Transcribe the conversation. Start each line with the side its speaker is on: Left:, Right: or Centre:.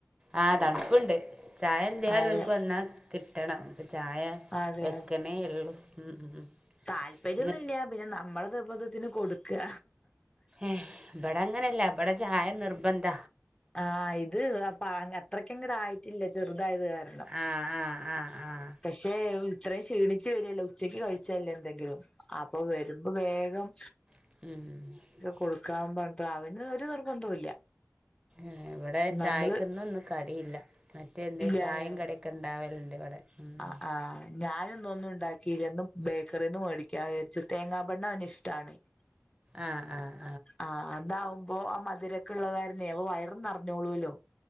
Right: ആഹ് തണുപ്പുണ്ട് ചായ എന്തായാലും
Left: അതെ
Right: ഓൽക്ക് വന്നാ കിട്ടണം ഇപ്പൊ ചായ
Left: അതെ
Right: വെക്ക്ണേ ഒള്ളോ ഉം
Left: താൽപ്പര്യൊന്നുല്ല
Right: ഇന്ന്
Left: പിന്നെ നമ്മളെ നിർബന്ധത്തിന് കൊടുക്കുക
Right: ഏഹ് ഇവിടെ അങ്ങനല്ല ഇവിടെ ചായ നിർബന്ധ
Left: ആഹ് ഇത് അപ്പ അത്രക്ക് അങ്ങട് ആയിട്ടില്ല ചെറുതായത് കാരണം.
Right: ആഹ്, ആഹ്, ആഹ് ആഹ്
Left: പക്ഷെ ഇത്രയും ക്ഷീണിച്ചു വരല്ലേ ഉച്ചക്ക് കഴിച്ചല്ലേ എന്തെങ്കിലും അപ്പൊ വരുമ്പോ വേഗം
Right: ഉം
Left: കൊടുക്കാ പറഞ്ഞിട്ട് അവന് ഒരു നിർബന്ധവും ഇല്ല
Right: ഏഹ് ഇവടെ ചായക്ക്
Left: നമ്മള്
Right: ഇന്ന് ഒന്നും കടിയില്ല മറ്റേ എന്തേലും
Left: ഇല്ലാല്ലേ
Right: ചായയും കടിയും ഒക്കെ ഉണ്ടാവലിണ്ട് ഇവിടെ ഉം
Left: ആഹ് ആഹ് ഞാന് ഇന്ന് ഒന്നും ഉണ്ടാക്കിയില്ല ഇന്ന് ബേക്കറിന്ന് മേടിക്കാൻ വിചാരിച്ചു തേങ്ങാ ബണ്ണ് അവന് ഇഷ്ടാണെയ്
Right: ആഹ് ആഹ്
Left: ആഹ് അതാവുമ്പോ ആ മധുരൊക്കെ ഉള്ള കാരണേ അപ്പൊ വയറും നിറഞ്ഞോളൂല്ലോ